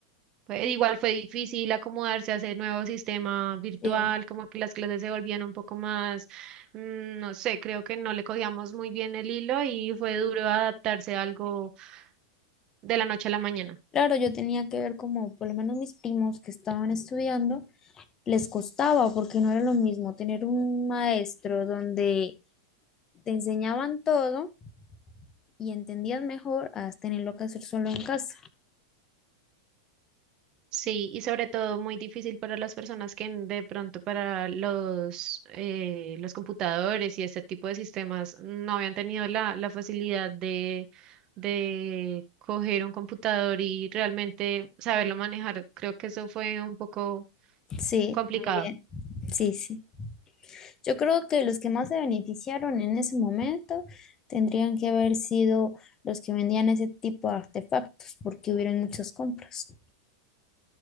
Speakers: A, on the right (about 35°); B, on the left (about 25°).
A: pues, igual fue difícil acomodarse a ese nuevo sistema virtual,
B: Sí.
A: como que las clases se volvían un poco más, mm, no sé, creo que no le cogíamos muy bien el hilo y fue duro adaptarse a algo de la noche a la mañana.
B: Claro, yo tenía que ver como por lo menos mis primos que estaban estudiando, les costaba porque no era lo mismo tener un maestro donde te enseñaban todo y entendías mejor a tenerlo que hacer solo en casa.
A: Sí, y sobre todo muy difícil para las personas que en- de pronto para los, eh, los computadores y este tipo de sistemas no habían tenido la, la facilidad de, de coger un computador y realmente saberlo manejar. Creo que eso fue un poco
B: Sí,
A: complicado.
B: También. Sí, sí. Yo creo que los que más se beneficiaron en ese momento tendrían que haber sido los que vendían ese tipo de artefactos, porque hubieron muchas compras.